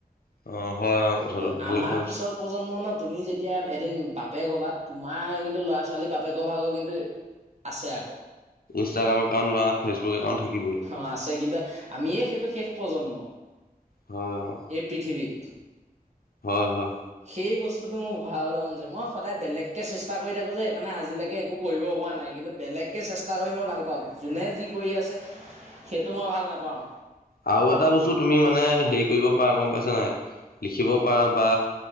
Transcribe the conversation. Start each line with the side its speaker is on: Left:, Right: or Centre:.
Left: অ। হয় অ কথাটো
Right: কিন্তু,
Left: ভাল
Right: আমাৰ
Left: কথা কৈছে
Right: পিছৰ প্ৰজন্মত তুমি, যেতিয়া এদিন বাপেক হবা তোমাৰ কিন্তু ল'ৰা ছোৱালী বাপেকৰ ভাগৰ কিন্তু আছে আকৌ।
Left: ইনষ্টাগ্ৰমত একাউণ্ট বা ফেচবুক একাউণ্ট থাকিবই
Right: হাহ আছে কিন্তু আমিয়ে সেইটো শেষ প্ৰজন্ম
Left: হয় অ
Right: এই পৃথিৱীত।
Left: হয় হয়।
Right: সেই বস্তুটো মোৰ ভৰাবলৈ মন যায়, মই সদায় বেলেগকে চেষ্টা কৰি থাকো যে, সেইকাৰণে আজিলৈকে একো কৰিব পোৱা নাই, কিন্তু বেলেগকে চেষ্টা কৰি মই ভাল পাওঁ, যোনে যি কৰি আছে সেইটো মই ভাল নাপাওঁ।
Left: আৰু এটা বস্তু তুমি মানে, হেৰি কৰিব পাৰ গম পাইছা নাই, লিখিব পাৰা বা